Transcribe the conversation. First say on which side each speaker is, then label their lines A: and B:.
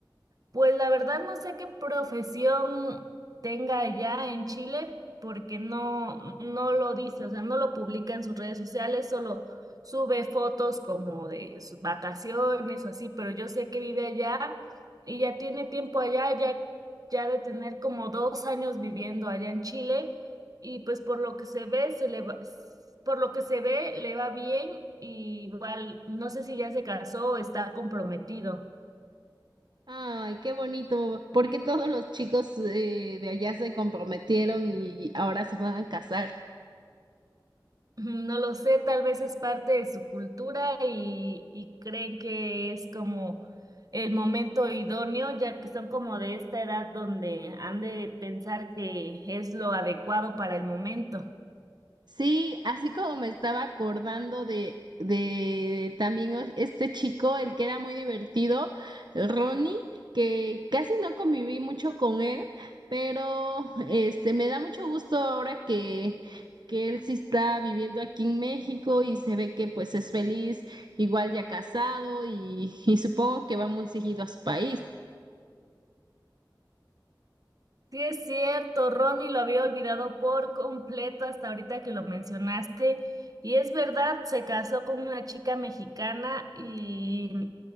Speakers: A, on the right; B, on the right.
A: Pues la verdad no sé qué profesión tenga allá en Chile porque no, no lo dice, o sea, no lo publica en sus redes sociales, solo sube fotos como de sus vacaciones o así, pero yo sé que vive allá y ya tiene tiempo allá, ya, ya de tener como dos años viviendo allá en Chile y pues por lo que se ve, se le va, por lo que se ve, le va bien y igual no sé si ya se casó o está comprometido.
B: Ay, qué bonito, porque todos los chicos eh, de allá se comprometieron y ahora se van a casar.
A: No lo sé, tal vez es parte de su cultura y, y creen que es como el momento idóneo, ya que son como de esta edad donde han de pensar que es lo adecuado para el momento.
B: Sí, así como me estaba acordando de, de también o- este chico, el que era muy divertido, el Ronnie, que casi no conviví mucho con él, pero este me da mucho gusto ahora que, que él sí está viviendo aquí en México y se ve que pues es feliz, igual ya casado y, y supongo que va muy seguido a su país.
A: Sí, es cierto, Ronnie lo había olvidado por completo hasta ahorita que lo mencionaste. Y es verdad, se casó con una chica mexicana y,